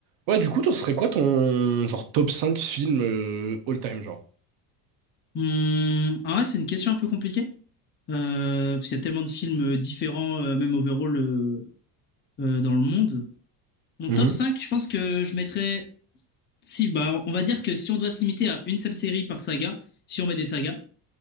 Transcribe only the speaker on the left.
Hum, ah ouais, c'est une question un peu compliquée. Euh, parce qu'il y a tellement de films euh, différents, euh, même overall, euh, euh, dans le monde. Mon
top 5, je pense que je mettrais. Si, bah, on va dire que si on doit se limiter à une seule série par saga, si on met des sagas,